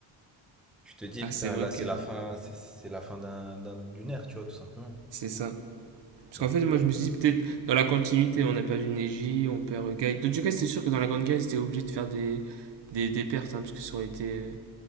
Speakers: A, in the centre; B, on the right.
A: Tu te dis,
B: Ah,
A: putain,
B: c'est vrai
A: là,
B: que.
A: c'est la fin, c'est c'est la fin d'un, d'un- d'une ère, tu vois, tout simplement.
B: C'est ça. Parce
A: Donc,
B: qu'en fait,
A: euh,
B: moi, je me suis dit, peut-être dans la continuité, on a perdu Neji, on perd euh, Guy. Dans tout cas, c'était sûr que dans la Grande Guerre, ils étaient obligés de faire des, des... des pertes, hein, parce que ça aurait été. euh,